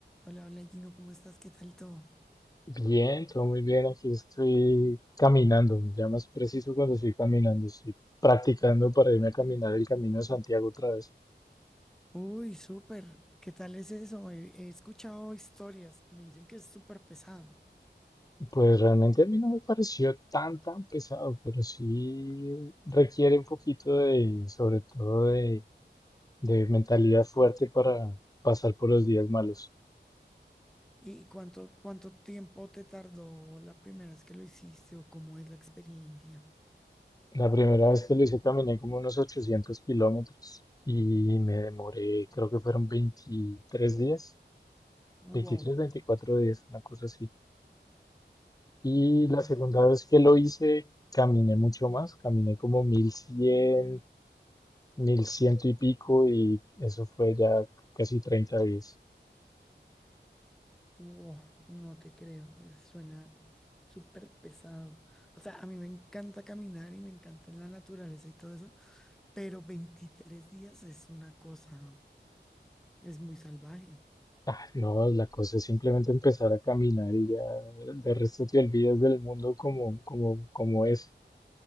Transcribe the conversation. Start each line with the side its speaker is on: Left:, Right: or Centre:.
Centre: Hola, hola Gino, ¿cómo estás? ¿Qué tal todo?
Left: Bien, todo muy bien. Aquí estoy caminando. Ya más preciso cuando estoy caminando. Estoy practicando para irme a caminar el Camino de Santiago otra vez.
Centre: Uy, súper. ¿Qué tal es eso? He, he escuchado historias, me dicen que es súper pesado.
Left: Pues realmente a mí no me pareció tan, tan pesado, pero sí requiere un poquito de, sobre todo de, de mentalidad fuerte para pasar por los días malos.
Centre: ¿Y cuánto, cuánto tiempo te tardó la primera vez que lo hiciste o cómo es la experiencia?
Left: La primera vez que lo hice caminé como unos 800 kilómetros y me demoré, creo que fueron 23 días,
Centre: Wow,
Left: 23, 24 días, una cosa así. Y
Centre: wow,
Left: la segunda vez que lo hice, caminé mucho más, caminé como mil cien, mil ciento y pico y eso fue ya casi 30 días.
Centre: wow, no te creo, eh, suena súper pesado. O sea, a mí me encanta caminar y me encanta la naturaleza y todo eso, pero 23 días es una cosa, es muy salvaje.
Left: Ah, no, la cosa es simplemente empezar a caminar y ya de resto te olvidas del mundo como, como, como es.